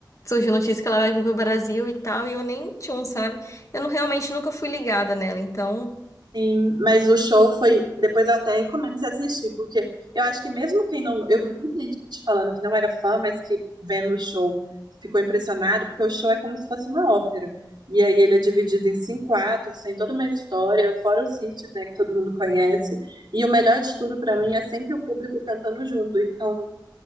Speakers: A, on the left; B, on the right.
A: surgiu notícia que ela vai vir pro Brasil e tal, e eu nem tinha um, sabe? Eu não, realmente nunca fui ligada nela, então,
B: Sim, mas o show foi. Depois eu até recomendo você assistir, porque eu acho que mesmo quem não. Eu vi muita gente falando que não era fã, mas que vendo o show ficou impressionado, porque o show é como se fosse uma ópera. E aí ele é dividido em cinco atos, tem toda uma história, fora os hits, né, que todo mundo conhece. E o melhor de tudo pra mim é sempre o público cantando junto. Então